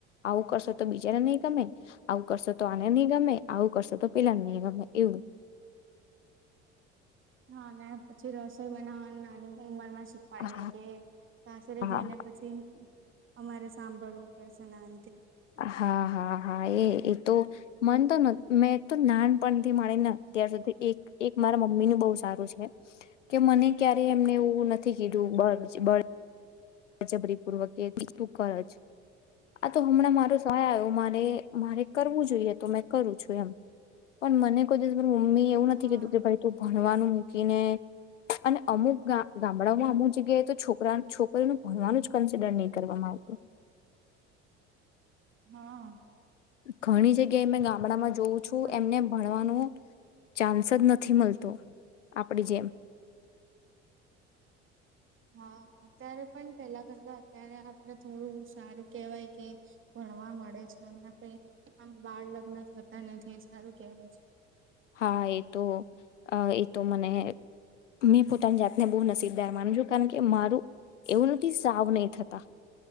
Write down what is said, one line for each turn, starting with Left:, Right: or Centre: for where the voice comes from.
Left: આવું કરશો તો બીજાને નહીં, ગમે આવું કરશો તો આને નહીં ગમે આવું કરશો તો પેલાને નહી ગમે એવું,
Right: હા, પછી રસોઈ બનાવવા નાની ઉંમર માં શીખવાડી
Left: હા
Right: દે કે સાસરે
Left: હા
Right: જઈને પછી અમારે સાંભળવું પડ છે, ના
Left: હા હા હા એ એ તો મને તો મેં તો નાનપણથી મળીને અત્યાર સુધી એક એક મારા મમ્મીનુંું બહુ સારું છે, કે મને ક્યારે એમને એવું નથી કીધું બળ બળ જબરી પૂર્વક એ તું કરજ આ તો હમણાં મારો સહાય આવ્યો મા મારે
Right: હા
Left: કરવું જોઈએ, તો મે કરું છું, એમ પણ મને કોઈ દિવ હ મેં એવું નથી
Right: હા
Left: કીધું કે ભાઈ તું ભણ ભણવાનું મૂકીને અને અમુક ગામડાઓમાં અમુક જગ્યાએ તો છોકરા છોકરીનું હો એવાનું જ કન્સિડર નહી, કરવાવામાં આવતું
Right: હા
Left: ઘણી જગ્યાએ મેં ગામડામાં જોઉં છું,
Right: અ
Left: એમને ભણવાનું ચાન્સ જ નથી, મળતો આપડી જેમ
Right: હા, અત્યારે પણ પેલા કરતા અત્યારે આપણે થોડું સારું કેહેવાય, કે ભણવા મળે છે, અને આપણે આમ બાળ લગ્ન હત નથી સારું કેહેવાય છે.
Left: હા એ તો એ તો મને મેં પોતાની જાતને બહુ નસીબદાર માનું છું, કારણ કે મારું એવું નથી સાવ નહી થતા